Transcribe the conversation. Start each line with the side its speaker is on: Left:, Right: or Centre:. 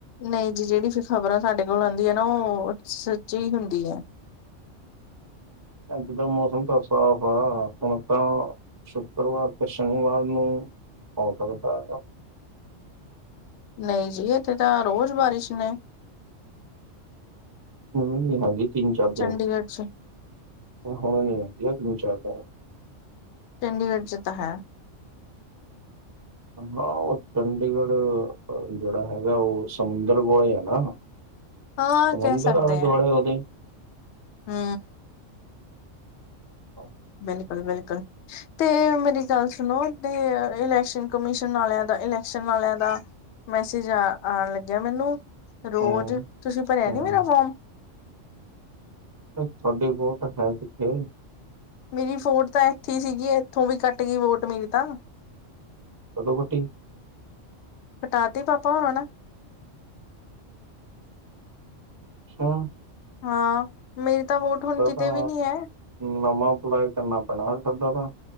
Left: ਨਹੀਂ ਜੀ ਜਿਹੜੀ ਫਿਰ ਖ਼ਬਰਾਂ ਸਾਡੇ ਕੋਲ ਆਉਂਦੀਆਂ ਨਾ ਉਹ ਸੱਚੀ ਹੁੰਦੀ ਆ।
Right: ਅੱਜ ਦਾ ਮੌਸਮ ਤਾਂ ਸਾਫ਼ ਆ ਹੁਣ ਤਾਂ ਸ਼ੁੱਕਰਵਾਰ ਤੇ ਸ਼ਨੀਵਾਰ ਨੂੰ ਹੋ ਸਕਦਾ।
Left: ਨਹੀਂ ਜੀ ਇੱਥੇ ਤਾਂ ਰੋਜ਼ ਬਾਰਿਸ਼ ਨੇ
Right: ਹੁਣ ਨੀ ਹੈਗੀ ਤਿੰਨ ਚਾਰ ਦਿਨ
Left: ਚੰਡੀਗੜ੍ਹ ਚ
Right: ਹੁਣ ਹੋਣ ਨੀ ਲੱਗਿਆ ਤਿੰਨ ਚਾਰ ਦਿਨ
Left: ਚੰਡੀਗੜ੍ਹ ਚ ਤਾਂ ਹੈ।
Right: ਹਾਂ ਓ ਚੰਡੀਗੜ੍ਹ, ਜੇੜਾ ਹੈਗਾ ਉਹ ਸਮੁੰਦਰ ਕੋਲੇ ਐ ਨਾ।
Left: ਹਾਂ
Right: ਸਮੁੰਦਰ
Left: ਕਹਿ ਸਕਦੇ
Right: ਆਲੇ-ਦੁਆਲੇ
Left: ਹੈ
Right: ਉਹਦੇ।
Left: ਹਮ
Right: <inaudible>
Left: ਬਿਲਕੁਲ-ਬਿਲਕੁਲ, ਤੇ ਮੇਰੀ ਗੱਲ ਸੁਣੋ। ਤੇ ਇਲੈਕਸ਼ਨ ਕਮਿਸ਼ਨ ਵਾਲੇਆਂ ਦਾ ਇਲੈਕਸ਼ਨ ਵਾਲੇਆਂ ਦਾ ਮੈਸੇਜ ਆ ਆਣ ਲੱਗਿਆ ਮੈਨੂੰ, ਰੋਜ਼
Right: ਹੂੰ
Left: ਤੁਸੀਂ ਭਰਿਆ
Right: ਹੂੰ
Left: ਨੀ ਮੇਰਾ ਫੋਮ?
Right: ਤੁਹਾਡੀ ਵੋਟ ਹੈ ਕਿੱਥੇ?
Left: ਮੇਰੀ ਵੋਟ ਤਾਂ ਇੱਥੇ ਸੀਗੀ ਇੱਥੋਂ ਵੀ ਕੱਟ ਗੀ ਵੋਟ ਮੇਰੀ ਤਾਂ।
Right: ਕਦੋਂ ਕੱਟੀ?
Left: ਕਟਾ ਤੀ ਪਾਪਾ ਹੋਣਾਂ ਨੇ।
Right: ਛਾ
Left: ਹਾਂ, ਮੇਰੀ ਤਾਂ ਵੋਟ ਹੁਣ ਕਿਤੇ
Right: ਤਾਂ
Left: ਵੀ ਨੀ ਹੈ।
Right: ਨਵਾਂ ਅਪਲਾਈ ਕਰਨਾ ਪੈਣਾ ਤੁਹਾਡਾ ਤਾਂ।